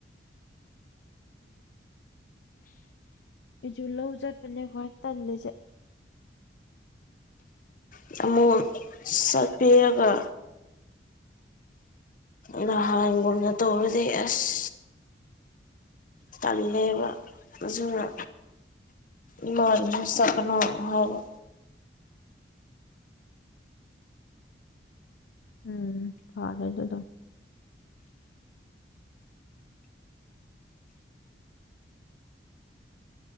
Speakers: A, on the left; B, on the left.
A: ꯑꯩꯖꯨ ꯂꯧ ꯆꯠꯄꯅꯦ ꯈ꯭ꯋꯥꯏ ꯇꯜꯂꯤꯁꯦ
B: <unintelligible> ꯆꯠꯄꯤꯔꯒ ꯅꯍꯥꯟꯒꯨꯝꯅ ꯇꯧꯔꯗꯤ ꯑꯁ ꯇꯜꯂꯦꯕ ꯑꯗꯨꯅ ꯏꯃꯥꯅꯁꯨ ꯆꯠꯀꯅꯣ ꯍꯥꯏꯕ
A: ꯎꯝ ꯐꯔꯦ ꯑꯗꯨꯗꯣ